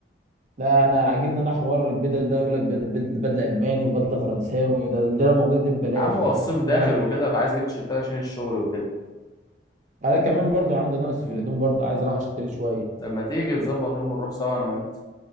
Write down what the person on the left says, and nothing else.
يا عم هو
الصيف داخل
وكده فعايز اجيب تيشيرتات عشان الشغل وكده
طب ما تيجي نظبط يوم ونروح سوا انا وانت